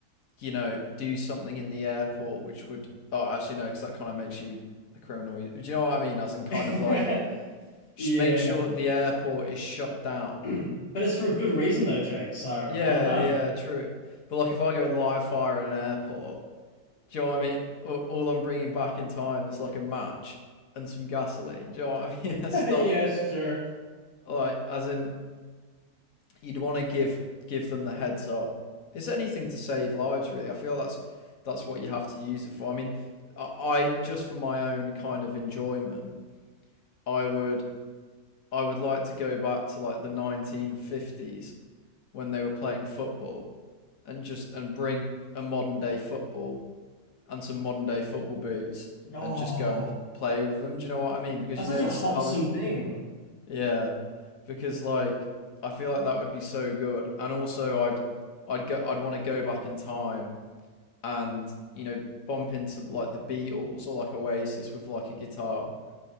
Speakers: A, on the left (about 65°); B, on the left (about 85°).
A: you know, do something in the airport which would oh actually no, because that kind of makes you a criminal. Do you know what I mean? As in kind
B: <laughs>
A: of like
B: Yeah.
A: make sure that the airport is shut down
B: <clears throat> But it's for a good reason, though, Jake. So
A: Yeah,
B: I don't know.
A: yeah, true. But like, if I go and light a fire in an airport, do you know what I mean? All, all I'm bringing back in time is like a match and some gasoline. Do you know what I
B: <laughs>
A: mean? <laughs> That's
B: Yeah,
A: not
B: it's true.
A: like as in you'd want to give give them the heads up. It's anything to save lives, really. I feel that's that's what you have to use it for. I mean, I, I just for my own kind of enjoyment, I would I would like to go back to like the 1950s when they were playing football and just and bring a modern day football and some modern day football boots
B: Oh,
A: and just go and play with them. Do you know what I mean? Because
B: that's
A: you
B: such
A: know
B: a
A: this
B: wholesome
A: how the
B: thing.
A: yeah, because like I feel like that would be so good, and also I'd I'd go I'd want to go back in time and you know bump into like the Beatles or like Oasis with like a guitar